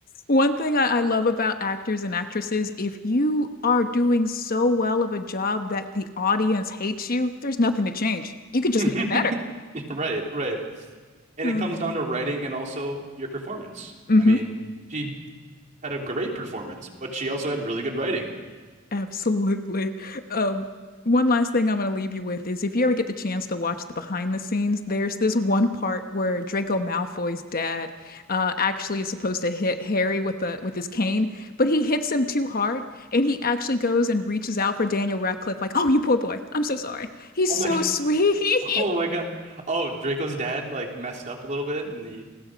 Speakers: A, on the left; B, on the right.
A: One thing I, I love about actors and actresses, if you are doing so well of a job that the audience hates you, there's nothing to change. You can just
B: <laughs>
A: make it better.
B: Right, right. And
A: Um,
B: it comes down to writing and also your performance.
A: hmm
B: I mean, she had a great performance, but she also had really good writing.
A: Absolutely. Um, one last thing I'm going to leave you with is if you ever get the chance to watch the behind the scenes, there's this one part where Draco Malfoy's dad uh, actually is supposed to hit Harry with the with his cane, but he hits him too hard, and he actually goes and reaches out for Daniel Radcliffe, like, "Oh, you poor boy. I'm so sorry." He's
B: Oh
A: so
B: my <laughs> God.
A: sweet.
B: Oh my God. Oh, Draco's dad like messed up a little bit and he